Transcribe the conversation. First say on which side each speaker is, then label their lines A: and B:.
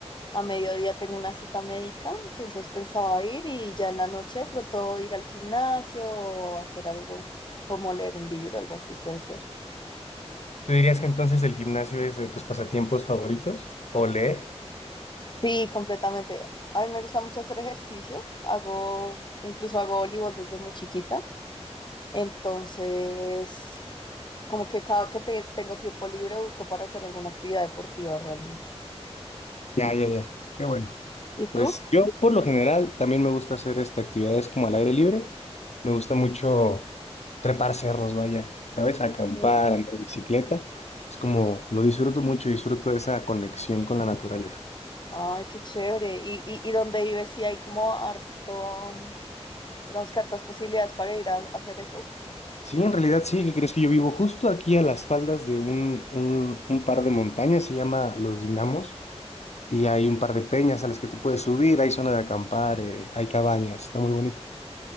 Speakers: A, on the left; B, on the left.
A: A mediodía tengo una cita médica, entonces pensaba ir y ya en la noche de pronto ir al gimnasio o hacer algo como leer un libro, algo así puede ser.
B: ¿Tú dirías que entonces el gimnasio es de tus pasatiempos favoritos? ¿O leer?
A: Sí, completamente. A mí me gusta mucho hacer ejercicio. Hago, incluso hago voleibol desde muy chiquita. Entonces, Como que cada que te- tengo tiempo libre busco para hacer alguna actividad deportiva realmente.
B: Ya, ya, ya. Qué bueno.
A: ¿Y tú?
B: Pues yo por lo general también me gusta hacer este, actividades como al aire libre. Me gusta mucho trepar cerros, vaya, ¿sabes? Acampar,
A: ¿Eh?
B: andar en bicicleta. Es como, lo disfruto mucho, disfruto de esa conexión con la naturaleza.
A: Ay, qué chévere. ¿Y, y, y dónde vives? ¿Sí hay como harto, mm, digamos que hartas posibilidades para ir a, a hacer eso?
B: Sí, en realidad sí, ¿qué crees que yo vivo justo aquí a las faldas de un, un, un par de montañas, se llama Los Dinamos, y hay un par de peñas a las que tú puedes subir, hay zona de acampar, eh, hay cabañas, está muy bonito.